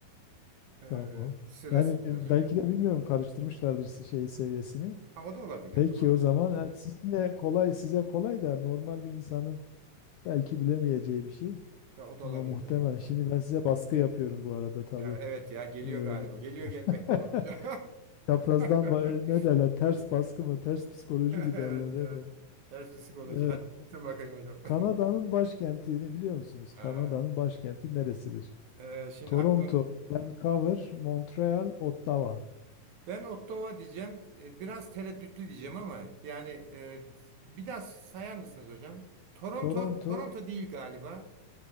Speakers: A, on the right (about 65°); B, on the left (about 80°).
A: Ee,
B: tamam.
A: sıra
B: Yani
A: sizde
B: belki
A: hocam.
B: de bilmiyorum karıştırmışlardır s- şey seviyesini.
A: Ha o da olabilir.
B: Peki
A: Doğru.
B: o zaman yani siz yine kolay size kolay da normal bir insanın belki bilemeyeceği bir şey.
A: Ya o da
B: Ama
A: olabilir
B: muhtemel.
A: tabii ki.
B: Şimdi ben size baskı yapıyorum bu arada tabii.
A: Ya evet ya geliyor
B: Ee,
A: galiba. Geliyor gelmekte
B: <laughs>
A: olan hocam.
B: çaprazdan
A: <laughs>
B: ba- ne derler? Ters baskı mı? Ters psikoloji mi
A: Evet
B: derler? Ne
A: ya.
B: derler?
A: Ters psikoloji.
B: Evet.
A: Hadi gitsin bakayım hocam.
B: Kanada'nın
A: <laughs>
B: başkentini biliyor musunuz? Kanada'nın
A: Ha,
B: başkenti neresidir?
A: e, şimdi
B: Toronto,
A: aklı
B: Vancouver, Montreal, Ottawa.
A: ben Ottawa diyeceğim. E, Biraz tereddütlü diyeceğim ama yani e, bir daha sayar mısınız hocam? Toronto
B: Toronto,
A: Toronto değil galiba.